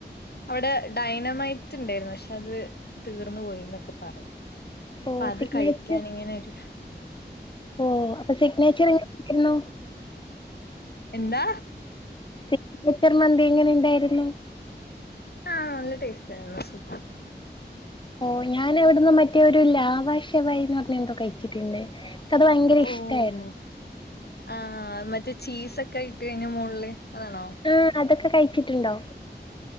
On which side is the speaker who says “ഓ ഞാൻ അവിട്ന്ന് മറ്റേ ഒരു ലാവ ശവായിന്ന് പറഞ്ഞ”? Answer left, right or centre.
Left